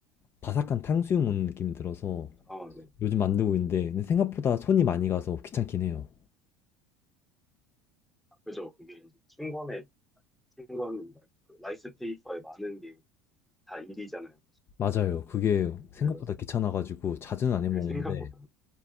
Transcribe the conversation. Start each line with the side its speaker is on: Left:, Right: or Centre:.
Left: 바삭한 탕수육 먹는 느낌이 들어서
Centre: 아, 네.
Left: 요즘 만들고 있는데 근데 생각보다 손이 많이 가서 귀찮긴 해요.
Centre: 아, 그죠. 그게 이제 충권에, 충권, 말고 그 라이스 페이퍼에 많은 게 다 일이잖아요.
Left: 맞아요. 그게 생각보다
Centre: 네, 맞아요.
Left: 귀찮아가지고 자주는 안 해먹는데
Centre: 그게 생각보다.